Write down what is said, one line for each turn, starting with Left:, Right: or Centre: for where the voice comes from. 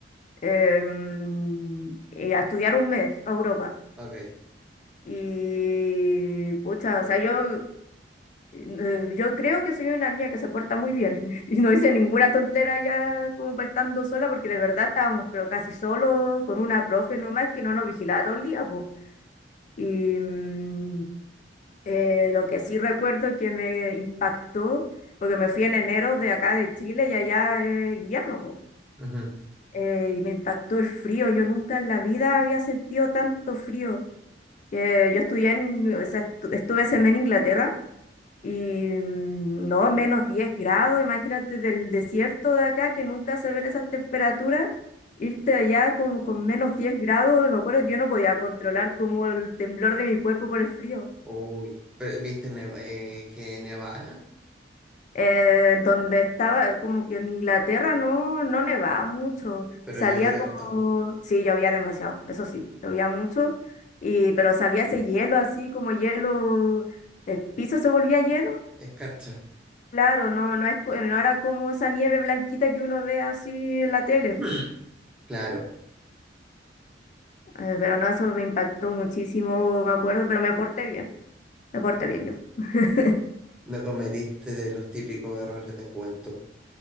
Left: em, y a estudiar un mes a Europa.
Centre: Ok.
Left: Y pucha, o sea, yo, eh, yo creo que soy una niña que se porta muy bien <laughs> y no hice ninguna tontera ya como pa' estando sola, porque de verdad estábamos, pero casi solo, con una profe nomás que no nos vigilaba todo el día, pues. Y, mm, Eh, lo que sí recuerdo que me impactó, porque me fui en enero de acá de Chile y allá es invierno, po.
Centre: ujú.
Left: Eh, y me impactó el frío. Yo nunca en la vida había sentido tanto frío. Eh, yo estudié en, o sea, estu- estuve ese mes en Inglaterra y mm, no, menos 10 grados, imagínate del desierto de acá que nunca se ven esas temperaturas. Irte allá como con menos 10 grados, y me acuerdo que yo no podía controlar como el temblor de mi cuerpo por el frío.
Centre: Uy. Pe- ¿Viste nev- eh, que nevara?
Left: Eh, donde estaba, como que en Inglaterra no, no nevaba mucho.
Centre: Pero
Left: Salía
Centre: llovía
Left: como,
Centre: harto.
Left: sí, llovía demasiado, eso sí, llovía mucho, y, pero salía ese hielo así como hielo, el piso se volvía hielo.
Centre: Escarcha.
Left: Claro, no, no, es, co- no era como esa nieve blanquita que uno ve así en la tele,
Centre: <clears throat>
Left: po.
Centre: Claro,
Left: Eh, pero no, eso me impactó muchísimo, me acuerdo, pero me porté bien, me porté bien yo. <laughs>
Centre: no cometiste de los típicos errores de juventud.